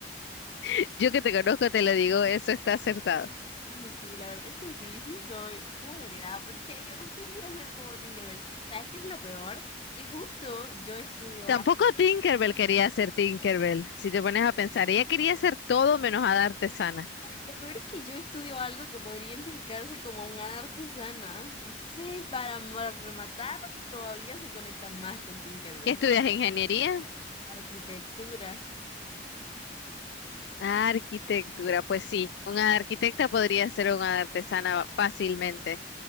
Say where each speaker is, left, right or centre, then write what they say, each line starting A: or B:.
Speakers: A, on the left; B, on the left.
A: <laughs> Yo que te conozco te lo digo, eso está acertado.
B: Ay, sí, la verdad es que sí, sí soy. Qué barbaridad, porque yo no quería ser como Tinkerbell. ¿Sabes qué es lo peor? Que justo yo estudio
A: Tampoco
B: algo.
A: Tinkerbell quería ser Tinkerbell. Si te pones a pensar, ella quería ser todo menos hada artesana.
B: Lo peor es que yo estudio algo que podría identificarse como un hada artesana. Entonces, para ma- rematar, todavía se conecta más con Tinkerbell.
A: ¿Qué estudias? ¿Ingeniería?
B: Arquitectura.
A: Ah, arquitectura. Pues sí, una arquitecta podría ser una artesana fácilmente.